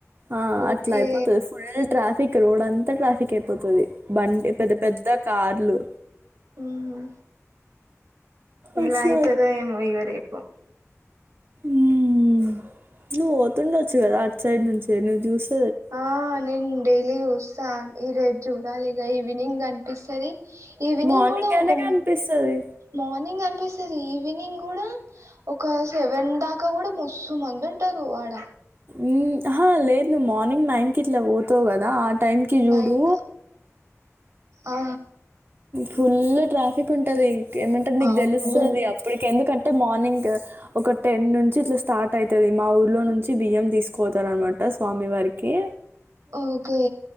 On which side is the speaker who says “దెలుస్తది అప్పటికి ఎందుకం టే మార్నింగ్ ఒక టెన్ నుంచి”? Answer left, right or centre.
Right